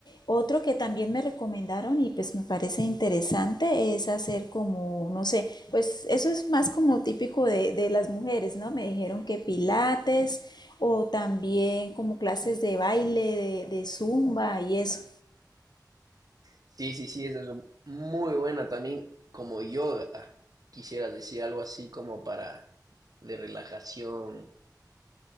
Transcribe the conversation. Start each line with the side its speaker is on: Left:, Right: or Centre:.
Left: Otro que también me recomendaron y pues me parece interesante es hacer como, no sé, pues eso es más como típico de, de las mujeres, ¿no? Me dijeron que pilates o también como clases de baile, de, de zumba y eso.
Right: Sí, sí, sí, eso es muy buena también como yoga, quisieras decir algo así como para de relajación,